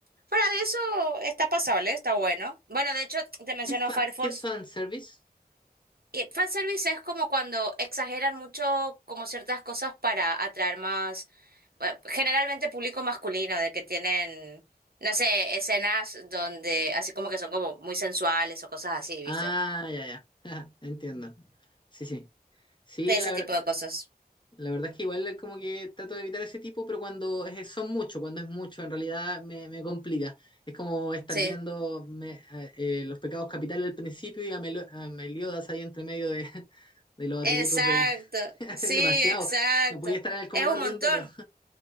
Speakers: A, on the right (about 70°); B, on the left (about 30°).
A: fuera de eso, está pasable, está bueno. Bueno, de hecho, te menciono
B: ¿Qué es, fa-
A: Fire Force.
B: qué es fanservice?
A: Y fanservice es como cuando exageran mucho como ciertas cosas para atraer más, bueno, generalmente público masculino, de que tienen, no sé, escenas donde así como que son como muy sensuales o cosas así, ¿viste?
B: Ah, ya, ya. <laughs> Entiendo. Sí, sí. Sí,
A: Ese
B: la verdad.
A: tipo de cosas.
B: La verdad es que igual como que trato de evitar ese tipo, pero cuando es- son muchos, cuando es mucho, en realidad me, me complica. Es como estar
A: Sí.
B: viendo me- eh, eh, los pecados capitales al principio y a, Melo- a Meliodas ahí entre medio de, <laughs> de los
A: Exacto,
B: atributos de... <laughs>
A: sí,
B: Es demasiado.
A: exacto.
B: No podía estar en el comedor
A: Es un montón.
B: viéndolo.